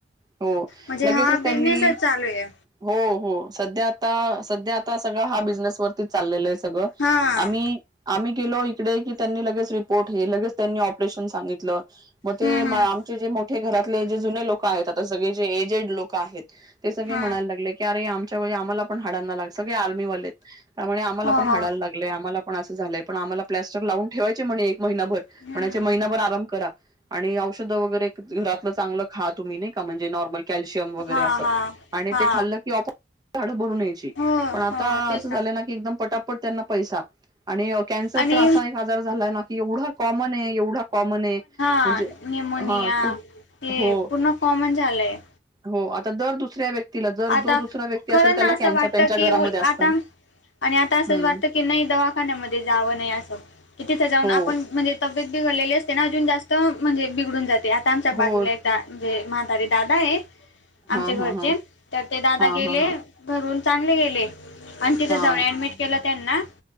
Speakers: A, on the right; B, on the left.
A: हो
B: म्हणजे
A: लगेचच
B: हा
A: त्यांनी.
B: बिझनेसच चालू आहे.
A: हो हो सध्या आता सध्या आता सगळा हा बिझनेस व. चालल आहे सगळं
B: हा
A: आम्ही. आम्ही गेलो इकडे की त्यांनी लगेच रिपोर्ट हे लगेच त्यांनी ऑपरेशन सांगितलं. मग ते
B: हम्म हम्म
A: आमचे जे मोठे घरातले जे जुने लोक आहेत आता सगळे जे एजेड लोक आहेत. ते सगळे
B: हा
A: म्हणायला लागले कीरे आमच्या वळी आम्हाला पण हायना लाग सगळे आर्मीवाले. त्यामुळे आम्हाला
B: हो
A: पण हाडाला
B: हो
A: लागलंय आम्हाला पण असं झालंय पण आम्हाला प्लास्टर लावून ठेवायचे म्हणे महिनाभर
B: हम्म
A: म्हणायचे महिनाभर आराम करा. आणि औषध वगैरे घरातलं चांगलं खा तुम्ही नाही का म्हणजे नॉर्मल कॅल्शियम वगैरे
B: हा
A: असं
B: हा
A: आणि
B: हा
A: ते खाल्लं की आपो.. हाडं भरून यायची.
B: हो
A: पण आता
B: हो तेच
A: असं झालं ना की एकदम पटापट त्यांना पैसा. आणि कॅन्सर
B: आणि
A: तर असा एक आजार झालाय ना की एवढा कॉमन आहे एवढा कॉमन आहे.
B: हा
A: म्हणजे
B: निमोनिया
A: हा खूप
B: हे
A: हो
B: पूर्ण कॉमन झालंय.
A: हो आता दर दुसऱ्या व्य तिला जर
B: आता
A: जो दुसरा व्यक्ती
B: खरं
A: असेल त्याला
B: ना असं
A: कॅन्सर
B: वाटतं
A: त्यांच्या
B: की
A: घरामध्ये
B: उल
A: असतं
B: आता आणि आता असंच
A: हम्म.
B: वाटतं की नाही दवाखान्यामध्ये जावं नाही असं की तिथं जाऊन
A: हो
B: आपण म्हणजे तब्येत बिघडलेली असते ना अजून जास्त म्हणजे बिघडून जाते आता आमच्या बाजूला
A: हो
B: एक दा म्हणजे म्हातारे दादा आहे आमचे
A: हा
B: घरचे
A: हा हा
B: तर ते दादा
A: हा
B: गेले
A: हा
B: घरून चांगले गेले आणि तिथे
A: हा
B: जाऊन ऍडमिट केला त्यांना